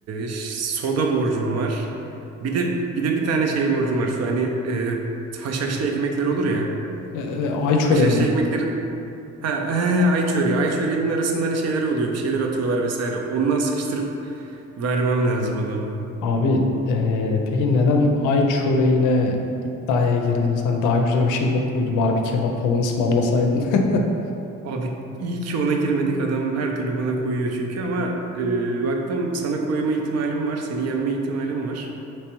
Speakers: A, on the right; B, on the left.
A: ş- soda borcum var. Bir de bir de bir tane şey borcum var. Şu hani e, haşhaşlı ekmekler olur ya.
B: Ee, e, ay çöreği
A: Haşhaşlı
B: mi?
A: ekmeklerin ha, he, ay çöreği. Ay çöreğinin arasında hani şeyler oluyor. Bir şeyler atıyorlar vesaire. Ondan sıkıştırıp vermem lazım adamı.
B: Abi ee, peki neden ay çöreğine iddiaya girdiniz? Hani daha güzel bir şey yok muydu? Bari bir kebap falan ısmarlasaydın. <laughs>
A: Abi iyi ki ona girmedik. Adam her türlü bana koyuyor çünkü ama e, baktım sana koyma ihtimalim var. Seni yenme ihtimalim var.